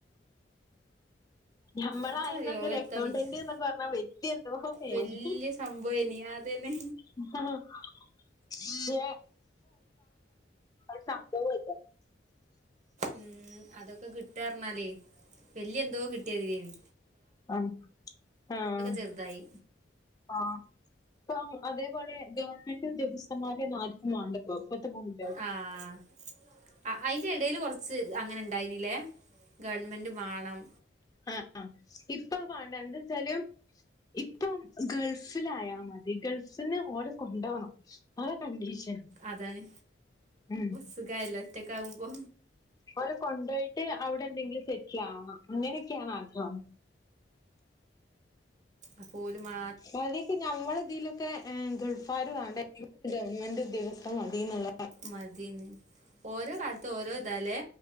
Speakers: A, on the left; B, on the right.
A: ഞമ്മളായന്നൊക്കെ
B: ഇൻക്കറിയില്ല ഓലെത്താ
A: ഒരു അക്കൗണ്ടന്റ്ന്ന്
B: വിചാ
A: പർഞ്ഞാ വെല്യ എന്തോ മേനി
B: വല്യ സംഭവേനി അതെന്നെ
A: <unintelligible> ഒരു സംഭവു അല്ല
B: ഉം അതൊക്കെ കിട്ടാർഞ്ഞാലേ വല്യ എന്തോ കിട്ട്യാതിരേനി
A: ആഹ് ആഹ്
B: ചെറുതായി
A: ആഹ് ഇപ്പ അതേപോലെ ഗവൺമെന്റ് ഉദ്യോഗസ്ഥന്മാരെന്നും ആര്ക്കും വാണ്ടപ്പോ ഇപ്പത്തെ പെ
B: ആഹ് അ ഐൻ്റെടേല് കൊർച്ച് അങ്ങനെണ്ടായ്നിലെ ഗവൺമെൻ്റ് മാണം
A: ആഹ് ആഹ് ഇപ്പത് വാണ്ട എന്തച്ചാല് ഇപ്പം ഗൾഫിലായ മതി ഗൾഫ്ല്ന്ന് ഓലെ കൊണ്ടോണം ആ കണ്ടീഷൻ
B: അതാണ്
A: ഉം
B: സുഖായല്ലോ ഒറ്റക്കാകുമ്പോ
A: ഓലെ കൊണ്ടോയ്ട്ട് അവിടെ എന്തെങ്കിലും സെറ്റ്ലാവണം അങ്ങനൊക്കേണ് ആഗ്രഹം
B: അപ്പോല്മാ
A: ഓൽതീക് ഞമ്മളെതീലും ക്കെ ഗൾഫാര് വാണ്ട ഗവൺമെന്റ് ഉദ്യോഗസ്ഥൻ മതി എന്ന്ള്ള
B: മതീന്ന് ഓരോ കാൽത്ത് ഓരോതാലെ